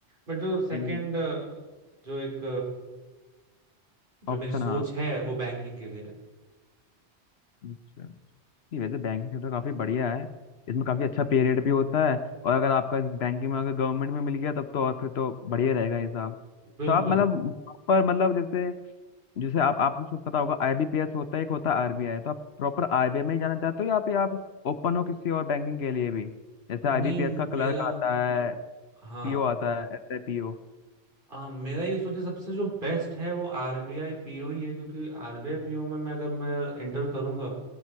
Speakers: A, on the right; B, on the left.
A: बट जो सेकंड
B: हम्म,
A: जो एक जो
B: ऑप्शन
A: मेरी सोच
B: हाँ
A: है वो बैंकिंग के लिए
B: अच्छा नहीं वैसे बैंकिंग सेक्टर काफी बढ़िया है इसमें काफी अच्छा पे रेट भी होता है और अगर आपका बैंकिंग में अगर गवर्नमेंट में मिल गया तब तो और फिर तो बढ़िया रहेगा ये हिसाब
A: बिल्कुल
B: तो आप मतलब प्रॉपर मतलब जैसे जैसे आप आपको सब पता होगा आईबीपीएस होता है एक होता है आरबीआई तो आप प्रॉपर आरबीआई में ही जाना चाहते हो या फिर आप ओपन हो किसी और बैंकिंग के लिए भी जैसे आईबीपीएस
A: नहीं
B: का क्लर्क
A: मेरा
B: आता है
A: हाँ
B: पीओ आता है एसआईपीओ
A: आ, मेरा ये सोचे सबसे जो बेस्ट है वो आरबीआई पीओ ही है क्योंकि आरबीआई पीओ में मैं अगर मैं इंटर करूंगा